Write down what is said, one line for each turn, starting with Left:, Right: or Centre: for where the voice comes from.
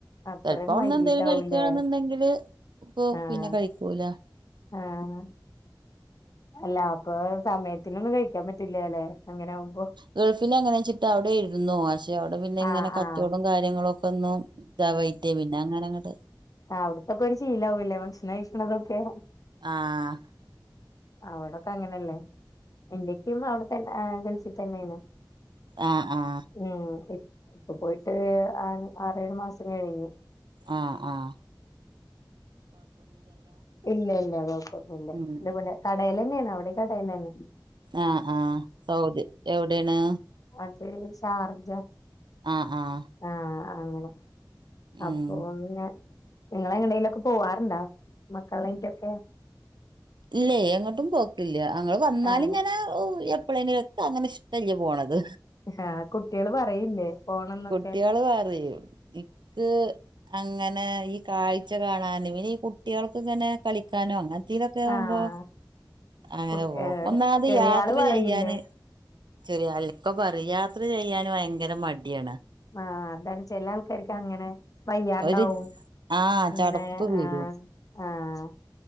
Left: അത്രയും
Right: ചെൽപ്പോ ഒന്ന്
Left: വൈകീട്ടാവൂലേ
Right: എന്തെലും കഴിക്ക്യാണെന്നുണ്ടെങ്കില് ഇപ്പൊ
Left: ആഹ്
Right: പിന്നെ കഴിക്കൂല
Left: ആഹ് അല്ല അപ്പൊ സമയത്തിനൊന്നും കഴിക്കാൻ പറ്റൂല്ലാല്ലെ അങ്ങനാവുമ്പോ
Right: ഗൾഫില് അങ്ങനെച്ചിട്ട് അവിടെ ഇരുന്നു പക്ഷെ അവിടെ പിന്നെ ഇങ്ങനെ
Left: ആഹ്
Right: കച്ചോടോം
Left: ആഹ്
Right: കാര്യങ്ങളും ഒക്കെന്നു ഇതാവൈറ്റേ പിന്നങ്ങനെ അങ്ങട്
Left: ആഹ് അവിടത്തൊക്കെ ഒരു ശീലാവുല്ലേ ഭക്ഷണം കഴിക്ക്ണതൊക്കെ
Right: ആഹ്
Left: അവിടൊക്കങ്ങനല്ലേ ഇന്റെയിക്കേം അവിടത്തന്നെ ഗൾഫി തന്നേണ്
Right: ആഹ് ആഹ്
Left: ഉം ഇ ഇപ്പൊ പോയിട്ട് ആറേഴ് മാസം കഴിഞ്ഞു
Right: ആഹ് ആഹ്
Left: ഇല്ല്യ ഇല്ല കൊഴപ്പൊന്നുല്ല
Right: ഉം
Left: ഇതേപോലെ കടേലന്നെയാണ് അവിടെ കടേന്നേണ്
Right: ആഹ് ആഹ് സൗദി എവിടേണ്
Left: അത് ഷാർജ
Right: ആഹ് ആഹ്
Left: ആഹ് അങ്ങനെ
Right: ഉം
Left: അപ്പൊ ന്നെ നിങ്ങളെങ്ങടേലൊക്കെ പോവാറുണ്ടാ മക്കളായിട്ടൊക്കെ
Right: ഇല്ല്യേ എങ്ങോട്ടും പോക്കില്ല്യ അങ്ങള് വന്നാല്ങ്ങനെ
Left: ആഹ്
Right: എപ്പഴെങ്കിലൊക്കെ പാങ്ങനെ ഇഷ്ടല്യ പോണത്
Left: ആഹ് കുട്ടികള് പറയില്ലേ പോണംന്നൊക്കെ
Right: കുട്ടികള് പറയും ഇക്ക് അങ്ങനെ ഈ കാഴ്ച കാണാനും ഇന്നീ കുട്ടികൾക്ക്ങ്ങനെ കളിക്കാനും അങ്ങനത്തെതൊക്കെ ക്കേവുമ്പോ
Left: ആഹ്
Right: അങ്ങനെ
Left: കുട്ടി
Right: പോവും
Left: ഏഹ്
Right: ഒന്നാത്
Left: ചെറിയാള്
Right: യാത്ര
Left: പറയില്ലേ
Right: ചെയ്യാന് ചെറിയാൾക പറയാത്തത് ചെയ്യാന് ഭയങ്കര മടിയാണ്
Left: ആഹ് അതാണ് ചെല ആൾക്കാർക്ക് അങ്ങനെ വയ്യാണ്ടാവും
Right: ഒരു ആഹ്
Left: ഇങ്ങനേ
Right: ചടപ്പ് വരും
Left: ആഹ് ആഹ്